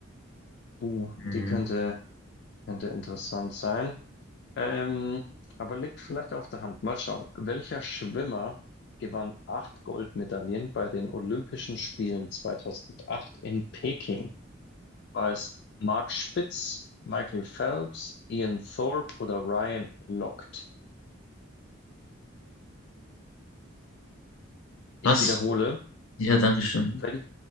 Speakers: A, on the left (about 55°); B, on the left (about 85°).
A: uh,
B: Mhm.
A: die könnte, könnte interessant sein. Ähm, aber liegt vielleicht auf der Hand. Mal schauen. Welcher Schwimmer gewann acht Goldmedaillen bei den Olympischen Spielen 2008 in Peking? War es Mark Spitz, Michael Phelps, Ian Thorpe oder Ryan Lochte? Ich
B: Was?
A: wiederhole,
B: Ja, danke schön.
A: wel